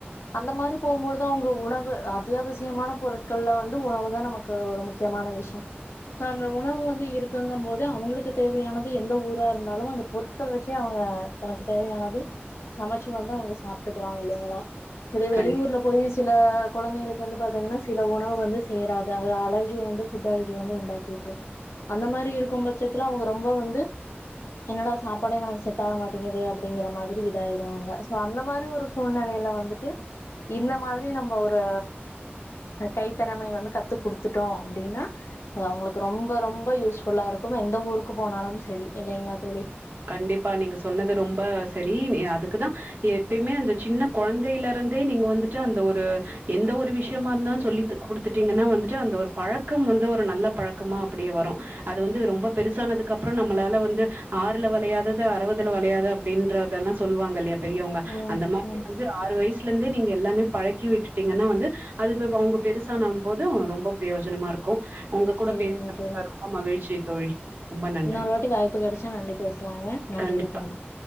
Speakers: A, on the left (about 85°); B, on the right (about 55°).
A: அந்த மாரி போகும்போதுதான் அவங்க உணவு அத்தியாவசியமான பொருட்கள்ல வந்து உணவு தான் நமக் க்கு ஒரு முக்கியமான விஷயம் ஸோ அந்த உணவு வந்து இருக்குங்கும் போது அவங்களுக்கு தேவையானது எந்த ஊரா இருந்தாலும் அந்த பொருட்கள் வச்சே அவங்க தனக்கு தேவையானது சமைச்சு வந்து அவங்க சாப்பிட்டுக்குவாங்க இல்லைங்களா இதே
B: கண்
A: வெளியூர்ல போயி சில கொழந்தைளுக்கு வந்து பாத்தீங்கன்னா சில உணவு வந்து சேராது அது அலர்ஜிய வந்து ஃபுட் அலர்ஜிய வந்து உண்டாக் கிடுது அந்த மாரி இருக்கும் பட்சத்துல அவங்க ரொம்ப வந்து என்னடா சாப்பாடே நமக்கு செட் ஆக மாட்டேங்குது அப்படிங்கற மாதிரி இதாயிடுவாங்க சோ அந்த மாதிரி ஒரு சூழ்நிலையில வந்துட்டு இந்த மாதிரி நம்ம ஒரு கைத்திறமைய வந்து கத்து குடுத்துட்டோம் அப்டின்னா அது அவங்களுக்கு ரொம்ப ரொம்ப யூஸ்ஃபுல்லா இருக்கும் எந்த ஊருக்கு போனாலும் சரி இல்லைங்களா தோழி
B: கண்டிப்பா நீங்க சொன்னது ரொம்ப செரி அதுக்குதான் எப்பயுமே அந்த சின்ன கொழந்தைல இருந்தே நீங்க வந்துட்டு அந்த ஒரு கொ எந்த ஒரு விஷயமா இருந்தாலும் சொல்லி குடுத்துட்டீங்கன்னா வந்துட்டு அந்த ஒரு பழக்கம் வந்து ஒரு நல்ல பழக்கமா அப்டியே வரும் அது வந்து ரொம்ப பெருசானதுக்கு அப்றோம் நம்மளால வந்து ஆறு துல வளையாதது அறுபதுல வளையாது அப்டின்றதெல்லாம் சொல்லுவாங்கல்லையா பெரியவங்க
A: ம்
B: அந்த மாரி
A: ம்
B: வந்து ஆறு வயசுல இருந்தே நீங்க எல்லாமே பழக்கி விட்டுட்டீங்கன்னா வந்து அது அவங்க பெருசான போது ரொம்ப பிரயோஜனமா இருக்கு உங்க
A: சேரிங்க
B: கூட பேசுனதுல
A: தோழி
B: ரொம்ப மகிழ்ச்சி தோழி ரொம்ப நன்றி.
A: இன்னொரு வாட்டி வாய்ப்பு கெடைச்சா மறுபடியும் பேசலாங்க நன்றிங்க
B: கண்டிப்பா.
A: தோழி